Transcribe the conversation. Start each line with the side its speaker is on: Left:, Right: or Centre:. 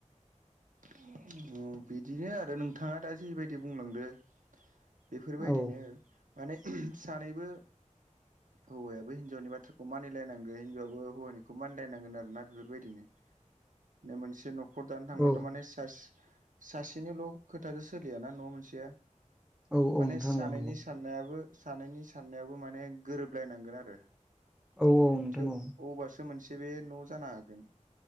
Right: <unintelligible> ओ बिदिनो आरो नोंथाङा दा जिबायदि बुंलांदो बेफोरबायदिनो
Centre: औ
Right: माने सानैबो
Centre: <inaudible>
Right: हौवायाबो हिनजावनि बाथ्राखौ मानिलायनांगोन हिनजावआबो हौवानिखौ मानिलायनांगोन आरो ना बेफोरबायदिनो ना मोनसे न'ख खर दानो थांबाथ'
Centre: औ
Right: माने सास सासेनिल' खोथादो सोलियाना न' मोनसेया
Centre: औ
Right: माने
Centre: औ नोंथां
Right: सानैनि
Centre: औ नंगौ
Right: सान नायाबो सानैनि साननायाबो माने गोरोबलायनांगोन आरो
Centre: औ औ नोंथां
Right: थेव
Centre: औ
Right: अबासो मोनसे बे न' जानो हागोन।